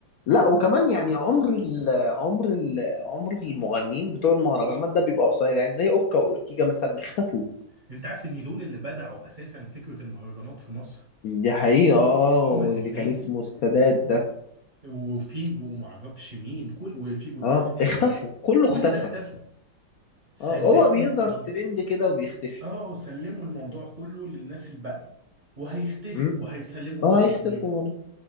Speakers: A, on the left; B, on the right.
A: لا وكمان يعني عمر ال عمر ال عمر المغنيين بتوع المهرجانات ده بيبقى قصير يعني زي اوكا واورتيجا مثلا اختفوا
B: انت عارف ان دول اللي بدعوا اساسا فكره المهرجانات في مصر
A: دي حقيقة اه
B: هما
A: واللي
B: الاثنين
A: كان اسمه السادات ده
B: وفيجو وما اعرفش مين كل وفيجو الدخلاوي
A: اه اختفوا
B: ومع-
A: كله اختفى
B: كل ده اختفى سلموا
A: اه هو بيظهر
B: ال... ال...
A: ترند كده وبيختفي
B: اه سلموا الموضوع كله للناس الباقي وهيختفوا
A: امم
B: وهيسلموا
A: اه
B: الناس
A: هيختفوا
B: جديده
A: برضه